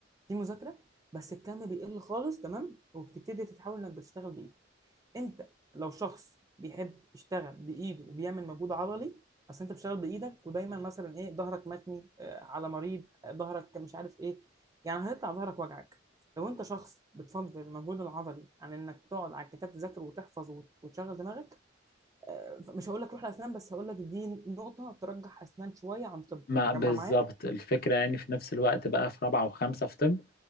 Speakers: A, on the right; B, on the left.
A: في مذاكره بس الكم بيقل خالص تمام وبتبتدي تتحول انك بتشتغل بايدك انت لو شخص بيحب يشتغل بايده وبيعمل مجهود عضلي اصل انت بتشتغل بايدك ودايما مثلا ايه ظهرك متني آه، على مريض آه، ظهرك مش عارف ايه يعني هيطلع ظهرك وجعك لو انت شخص بتفضل المجهود العضلي عن انك تقعد على الكتاب تذاكر وتحفظ وت- وتشغل دماغك آه، مش هقول لك روح لاسنان بس هقول لك دي نقطه ترجح اسنان شويه عن طب
B: ما
A: مجمع
B: بالظبط
A: معايا
B: الفكرة يعني في نفس الوقت بقى في رابعة وخمسة في طب